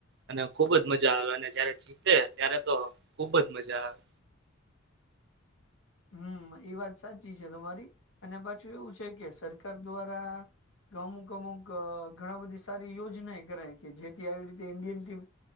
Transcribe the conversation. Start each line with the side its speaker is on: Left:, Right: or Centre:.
Right: અને ખુબ જ મજા આવે અને જયારે જીતે ત્યારે તો ખુબ જ મજા આવે.
Left: હમ્મ, એ વાત સાચી છે તમારી અને પાછું એવું છે કે સરકાર દ્વારા અમુક અમુક અહ ઘણા બધી સારી યોજના એ કરાય કે, જેથી આવી રીતે ઇન્ડિયન ટીમ